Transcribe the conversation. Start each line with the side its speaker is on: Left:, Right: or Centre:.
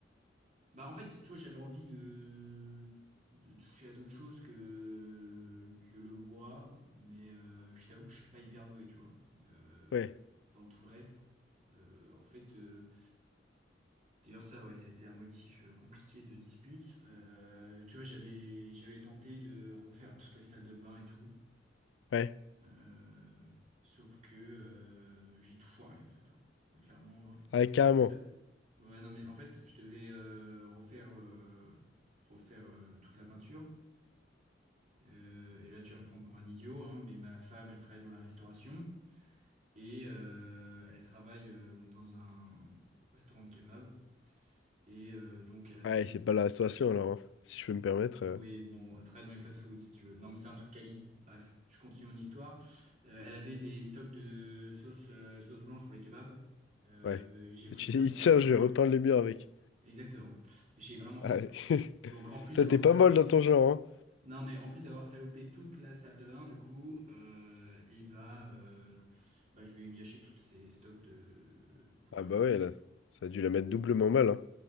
Right: Bah, en fait, tu vois, j'avais envie de, de toucher à d'autres choses que, que le bois, mais euh, je t'avoue que je suis pas hyper doué, tu vois. Euh,
Left: Ouais,
Right: dans tout le reste, euh, en fait, euh, d'ailleurs, ça, ouais, ça a été un motif euh, compliqué de dispute. Euh, tu vois, j'avais, j'avais tenté de refaire toute la salle de bain et tout.
Left: ouais.
Right: Euh, sauf que euh, j'ai tout foiré en fait. hein. Clairement. euh,
Left: Ah Ouais, carrément.
Right: En fait, ça- ouais, non, mais en fait, je devais euh, refaire, euh, refaire euh, toute la peinture. Euh, et là, tu vas me prendre pour un idiot, hein, mais ma femme, elle travaille dans la restauration et euh, elle travaille euh, donc dans un restaurant de kebab. Et euh, donc, elle avait.
Left: Ah Ouais, c'est pas la restauration, alors, hein, si je peux me permettre. euh,
Right: Oui, bon, elle travaille dans les fast-foods, si tu veux. Non, mais c'est un truc quali. Bref, je continue mon histoire. Euh, elle avait des stocks de sauce, euh, sauce blanche pour les kebabs. Euh,
Left: Ouais.
Right: j'ai pris
Left: Tu,
Right: ça
Left: sais,
Right: pour
Left: <laughs> tiens,
Right: de la peinture.
Left: je vais repeindre les murs avec.
Right: Exactement. J'ai vraiment fait
Left: Ah,
Right: ça.
Left: ouais.
Right: Donc, en
Left: <laughs>
Right: plus
Left: Toi,
Right: d'avoir
Left: t'es pas
Right: salopé
Left: mal dans
Right: tout...
Left: ton genre, hein?
Right: Non, mais en plus d'avoir salopé toute la salle de bain, du coup, euh, et bah, euh, bah, je lui ai gâché tous ces stocks de... pour
Left: Ah
Right: le resto.
Left: bah ouais, là, ça a dû la mettre doublement mal, hein.